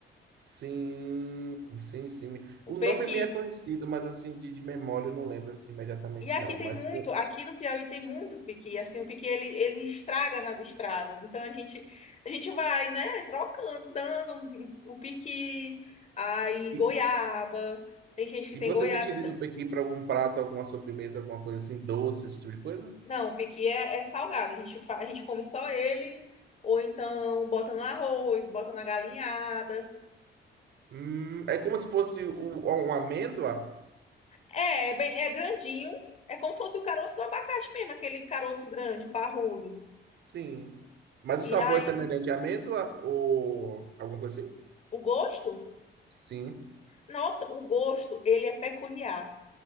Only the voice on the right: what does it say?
sim, sim, sim.
O
nome me é conhecido, mas assim, de, de memória eu não lembro assim imediatamente,
não.
Mas
pô,
e,
e
vocês
utilizam o pequi para algum prato, alguma sobremesa, alguma coisa assim, doce, esse tipo de coisa?
Hum, é como se fosse o, o- uma amêndoa?
Sim. Mas
o sabor
é semelhante à amêndoa ou alguma coisa assim?
Sim.